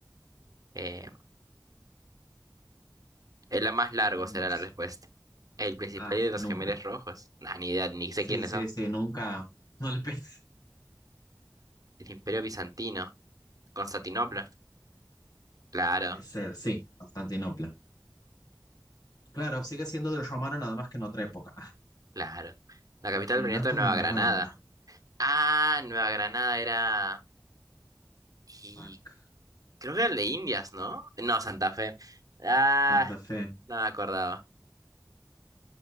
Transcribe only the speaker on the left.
No
sé.
Ah,
nunca.
Sí,
sí,
sí, nunca. <laughs> No le pensé.
Puede ser, sí, Constantinopla. Claro, sigue siendo del romano, nada más que en otra época. Ah,
el reinato
de Nueva
Granada.
Fuck.
Santa Fe.